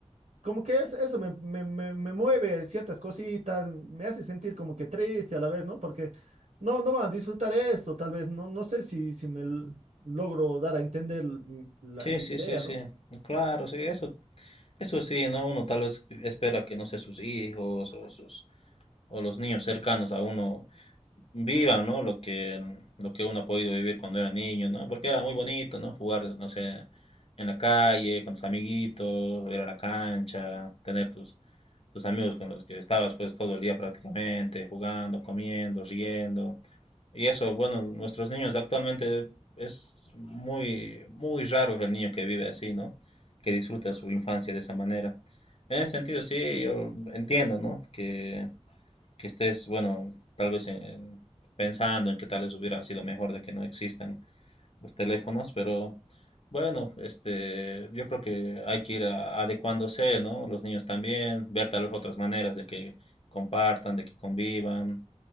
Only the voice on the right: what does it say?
como que es- eso me, me, me, me mueve ciertas cositas, me hace sentir como que triste a la vez, ¿no? Porque no, no van a disfrutar esto, tal vez, no, no sé si, si me l- logro dar a entender mm, la
mi
idea,
¿no?